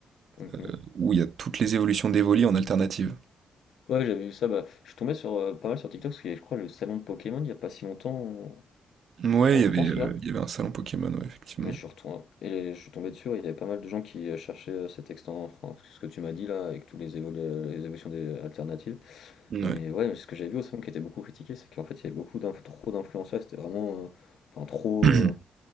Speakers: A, on the left (about 70°); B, on the right (about 50°).
A: Mhm.
B: euh, où il y a toutes les évolutions d'Evoli en alternative.
A: Ouais, j'avais vu ça, bah, je suis tombé sur, euh, pas mal sur TikTok, parce qu'il y avait, je crois, le salon de Pokémon il y a pas si longtemps en,
B: Ouais,
A: en
B: il y
A: France,
B: avait, euh,
A: là.
B: il y avait un salon Pokémon, ouais, effectivement.
A: Et je suis retourné- et je suis tombé dessus, ouais, il y avait pas mal de gens qui euh, cherchaient euh, cet extant, enfin ce que tu m'as dit là, avec tous les, évo- les évolutions des alternatives.
B: Ouais.
A: Mais ouais, ce que j'ai vu aussi, qui était beaucoup critiqué, c'est qu'en fait il y avait beaucoup d'inf- trop d'influenceurs, c'était vraiment euh, enfin trop
B: <clears throat>
A: euh,